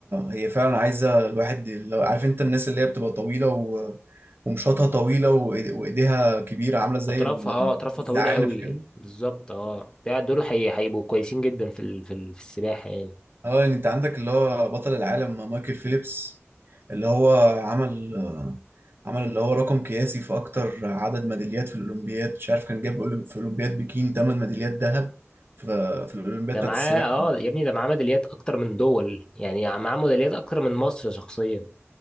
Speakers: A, on the right (about 50°); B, on the left (about 15°).
A: هي فعلا عايزة الواحد لو عارف انت الناس اللي هي بتبقى طويلة و... ومشاطها طويلة وإيد- وايديها كبيرة عاملة زي
B: أطرافها
A: ال-
B: أه أطرافها
A: الزعانف
B: طويلة قوي
A: كده
B: بالظبط أه ده دول حي- هيبقوا كويسين جدا في ال- في ال- في السباحة يعني
A: اه يعني انت عندك اللي هو بطل العالم مايكل فيليبس اللي هو عمل آه، عمل اللي هو رقم قياسي في اكتر عدد ميداليات في الاولمبياد مش عارف كان جاب أولم- في اولمبياد بكين 8 ميداليات ذهب في في الاولمبياد
B: ده
A: بتاعت
B: معاه
A: السباحه
B: اه يا ابني ده معاه ميداليات اكتر من دول يعني معاه ميداليات اكتر من مصر شخصيا